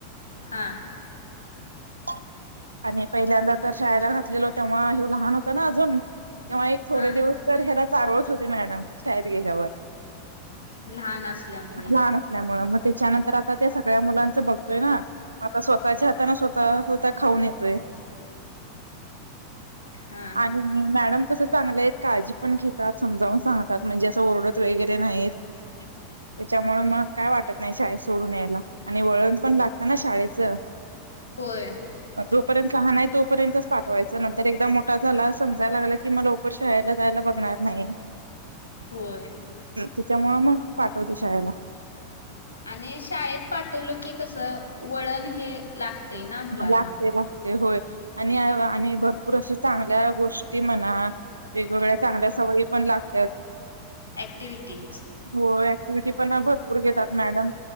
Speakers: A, on the left; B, on the right.
A: हा
B: <unintelligible> आणि पहिल्यांदा तर शाळेला घातलेलो तेव्हा हि लहान होतं ना अजून तेव्हा एक थोडे
A: हा
B: दिवस तर ह्याला चाारवत होते मॅडम शाळेत गेल्यावर
A: लहान असल्यामुळे
B: लहान असल्यामूळ मग त्याच्यानंतर आता त्या सगळ्या मुलां च बघतोय ना आता स्वतःच्या हाताने स्वतः स्वतः खाऊन येतोय
A: हा
B: आणि
A: हा
B: मॅडम कसं चांगल्या आहेत काळजी पण घेतात समजावून सांगतात म्हणजे असं ओरडत वगैरे नाहीत. त्याच्यामुळे मग काय वाटत नाही शाळेत सोडून यायला. आणि वळण पण लागतं ना शाळेचं
A: होय.
B: जोपर्यंत लहान आहे तोपर्यंतच पाठवायचं नंतर एकदा मोठा झाला समजायला लागला की मग शाळेला जायला बघणार नाही
A: होय.
B: त्याच्या मूळ मग पाठवते शाळेला.
A: आणि शाळेत पाठवलं की कसं वळण हे लागते मुलांना
B: लागते लागते होय आणि आणि भरपूर अशा चांगल्या गोष्टी म्हणा वेगवेगळ्या चांगल्या सवयी पण लागतात
A: ॲक्टिविटीज
B: हो ऍक्टिव्हटी पण भरपूर घेतात मॅडम.